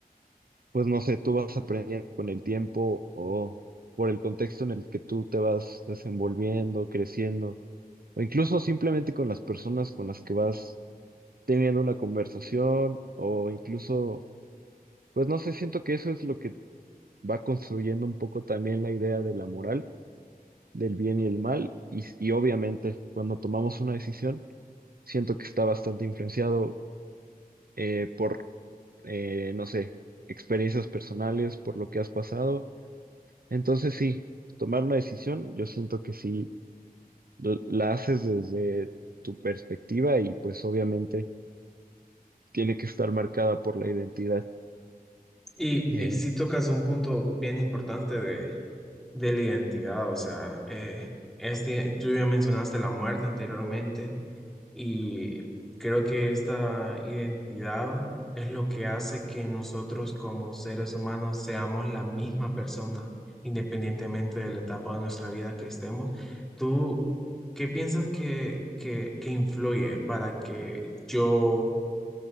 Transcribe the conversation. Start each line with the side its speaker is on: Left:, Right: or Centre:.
Right: pues no sé, tú vas aprendiendo con el tiempo o por el contexto en el que tú te vas desenvolviendo, creciendo, o incluso simplemente con las personas con las que vas teniendo una conversación o incluso, pues no sé, siento que eso es lo que va construyendo un poco también la idea de la moral, del bien y el mal, y, s- y obviamente cuando tomamos una decisión, siento que está bastante influenciado eh, por, eh, no sé, experiencias personales, por lo que has pasado. Entonces sí, tomar una decisión, yo siento que sí, l- la haces desde tu perspectiva y pues obviamente tiene que estar marcada por la identidad.
Centre: Y,
Right: eh,
Centre: y sí tocas un punto bien importante de de la identidad, o sea, eh, este, tú ya mencionaste la muerte anteriormente y creo que esta identidad es lo que hace que nosotros como seres humanos seamos la misma persona, independientemente de la etapa de nuestra vida que estemos. ¿Tú qué piensas que, que, que influye para que yo